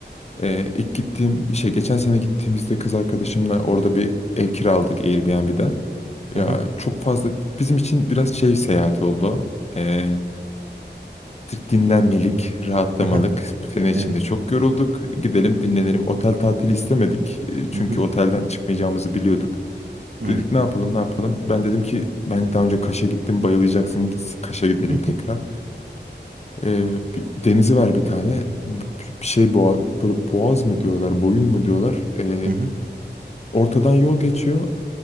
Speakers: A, on the left; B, on the right.
A: E, ilk gittiğim şey geçen sene gittiğimizde kız arkadaşımla orada bir ev kiraladık Airbnb'den.
B: Aha.
A: Ya çok fazla bizim için biraz şey seyahat oldu. Ee, dinlenmelik, rahatlamalık.
B: Aha.
A: Bu sene içinde
B: Evet.
A: çok yorulduk. Gidelim dinlenelim. Otel tatili istemedik. e, Çünkü
B: Hı hı.
A: otelden çıkmayacağımızı biliyorduk.
B: Evet.
A: Dedik ne yapalım ne yapalım. Ben dedim ki ben daha önce Kaş'a gittim bayılacaksın. Kaş'a gidelim
B: Hı hı.
A: tekrar. Ee, bir- denizi var bir tane. B- Bir şey boğa, böyle boğaz mı diyorlar boyun mu diyorlar. Ee,
B: Hı hı.
A: ortadan yol geçiyor.